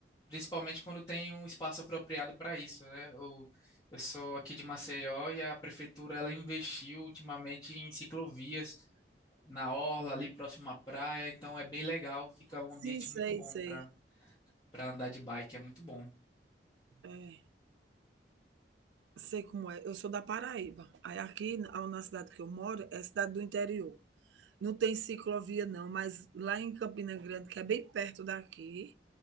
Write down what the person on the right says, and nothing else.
Sim,
sei,
sei.
É. Sei como é, eu sou da Paraíba. Aí aqui na na cidade que eu moro é cidade do interior. Não tem ciclovia não, mas lá em Campina Grande, que é bem perto daqui,